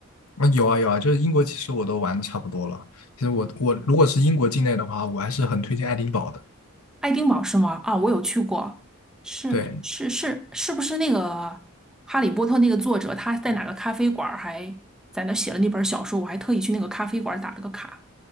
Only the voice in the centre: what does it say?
爱丁堡是吗？啊，我有去过，是是是，
是不是那个《哈利波特》那个作者，他在哪个咖啡馆儿还在那写了那本小说？我还特意去那个咖啡馆儿打了个卡。